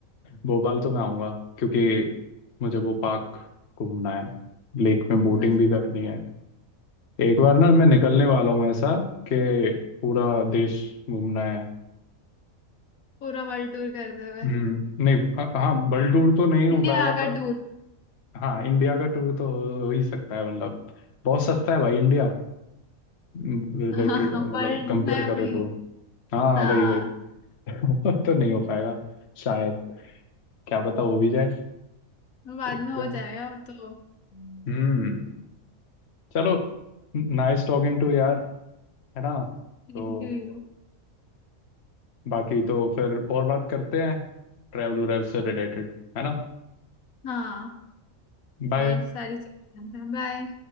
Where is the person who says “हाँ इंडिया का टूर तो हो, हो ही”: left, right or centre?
Left